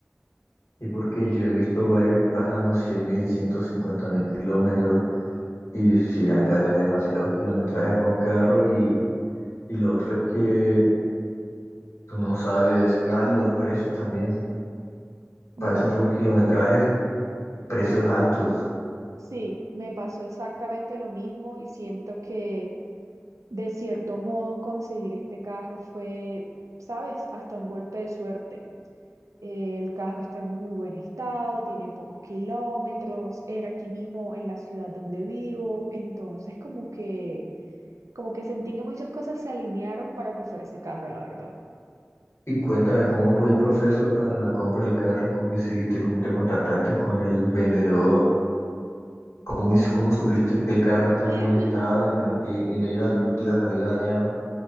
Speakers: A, on the left; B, on the right.
A: Y porque yo he visto varios y pasan los 100.000, mil ciento cincuenta mil kilómetros, y sí, ya me parece demasiado kilometraje para un carro. Y, y lo otro es que tú no sabes, ah, y los precios también,
B: No,
A: parece pocos
B: y-
A: kilometrajes, precios altos.
B: sí, me pasó exactamente lo mismo y siento que de cierto modo conseguir este carro fue, ¿sabes?, hasta un golpe de suerte. Eh, El carro está en muy buen estado, tiene pocos kilómetros, era aquí mismo en la ciudad donde vivo, entonces como que, como que sentí que muchas cosas se alinearon para que fuera ese carro, la verdad.
A: Y cuéntame cómo fue el proceso para la compra del carro, cómo hiciste, cómo te contactaste con el vendedor, ¿Cómo,
B: Bueno,
A: hic- cómo supiste que el carro está
B: <laughs>
A: en buen estado y que no te, y no iba, no te iba a salir dañado?